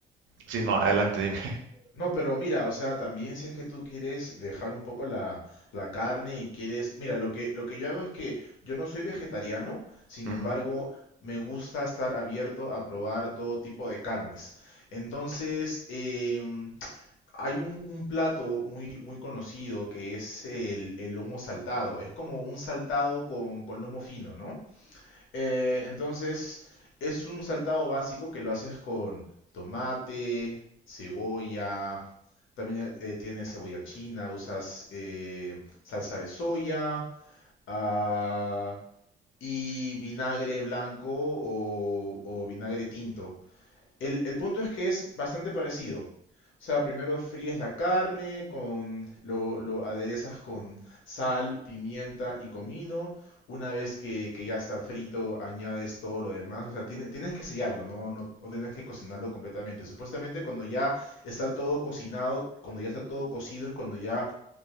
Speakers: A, on the right; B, on the left.
A: sí, no, adelante, dime.
B: No, pero mira, o sea, también si es que tú quieres dejar un poco la, la carne y quieres... Mira, lo que, lo que yo hago es que yo no soy vegetariano,
A: <laughs>
B: sin
A: Ujú.
B: embargo, me gusta estar abierto a probar todo tipo de carnes. Entonces, em, hay un, un plato muy, muy conocido que es el, el lomo saltado. Es como un saltado con, con lomo fino, ¿no? Eh, entonces, es un saltado básico que lo haces con tomate, cebolla, también eh, tiene cebolla china, usas eh, salsa de soya ah, y vinagre blanco o, o vinagre tinto. El, el punto es que es bastante parecido. O sea, primero fríes la carne, con, lo, lo aderezas con sal, pimienta y comino. Una vez que, que ya está frito, añades todo lo demás. O sea, tiene- tienes que sellarlo, ¿no? No, no tienes que cocinarlo completamente. Supuestamente cuando ya está todo cocinado, cuando ya está todo cocido, es cuando ya